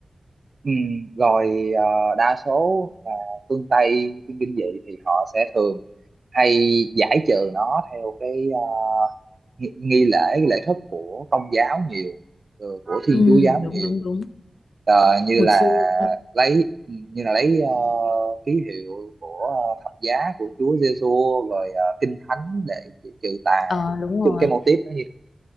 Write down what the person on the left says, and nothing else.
Ừ.
Đúng
đúng đúng.
Hồi
xưa
Ờ đúng
rồi